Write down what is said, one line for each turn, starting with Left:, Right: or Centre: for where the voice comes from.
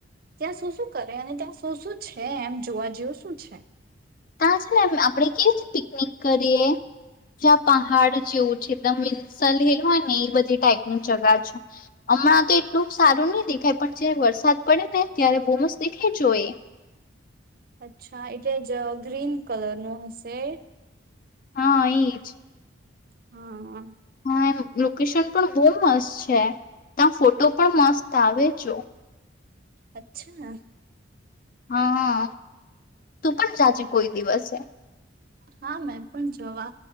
Right: ત્યાં શું શું કરે અને ત્યાં શું શું છે એમ જોવા જેવું શું છે
Left: ત્યા છે ને આપણેે કેવી પિકનિક કરીએ જ્યાં પહાડ જેવું છે એકદમ <unintelligible> હિલ હોય ને એ બધી ટાઈપની જગા છે અમણાં તો એટલું સારું નઈ દેખાય પણ જયારે વરસાદ પડે ને ત્યારે બવ મસ્ત દેખી જોએ
Right: અચ્છા, એટલે જ ગ્રીન કલર નું હશે.
Left: હા, એ જ.
Right: હા.
Left: હા એમ, લોકેશન પણ બહુ મસ્ત છે ત્યા ફોટો પણ મસ્ત આવે જો.
Right: અચ્છા.
Left: હા હા,. તું પણ જાજે કોઈ દિવસે.
Right: હા મે પણ જવા.